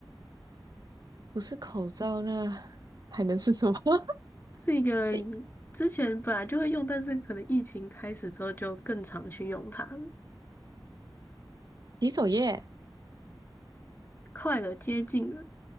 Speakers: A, on the right; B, on the left.
A: 不是口罩那还能是什么？<laughs>
B: 是一个
A: 是
B: 之前本来就会用，但是可能疫情开始之后就更常去用它了，
A: 洗手液。
B: 快了，接近了。